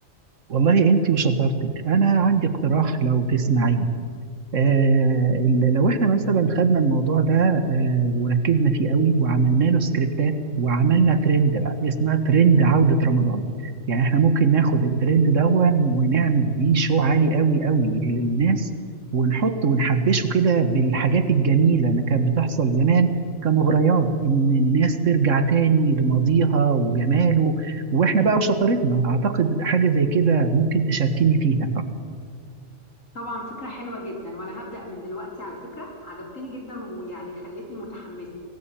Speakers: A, on the right (about 75°); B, on the left (about 85°).
A: والله أنت وشطارتك أنا عندي اقتراح لو تسمعين آه، ال- لو احنا مثلا خدنا الموضوع ده آه، وركزنا فيه قوي وعملنا له سكريبتات وعملنا ترند بقى اسمها ترند عودة رمضان يعني احنا ممكن ناخد الترند دون ونعمل بيه شو عالي قوي قوي للناس ونحط ونحبشه كده بالحاجات الجميلة اللي كانت بتحصل زمان كمغريات ان الناس ترجع تاني لماضيها وجماله واحنا بقى وشطارتنا اعتقد حاجة زي كده ممكن تشاركيني فيها
B: طبعا فكرة حلوة جدا وانا هبدأ من دلوقتي على فكرة عجبتني جدا ويعني خلتني متحمسة